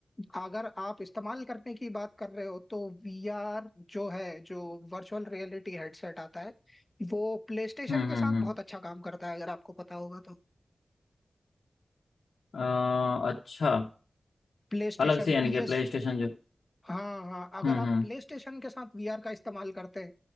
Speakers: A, on the left (about 20°); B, on the left (about 85°).
A: अगर आप इस्तेमाल करने की बात कर रहे हो तो वीआर जो है जो वर्चुअल रियलिटी हेडसेट आता है वो प्लेस्टेशन
B: हम्म
A: के
B: हम्म
A: साथ
B: हम्म
A: बहुत अच्छा काम करता है अगर आपको पता होगा तो
B: अ, अच्छा
A: PlayStation
B: अलग से यानी
A: PS
B: कि प्ले स्टेशन जो
A: हाँ हाँ अगर
B: हम्म
A: आप
B: हम्म
A: प्ले स्टेशन के साथ वीआर का इस्तेमाल करते हैं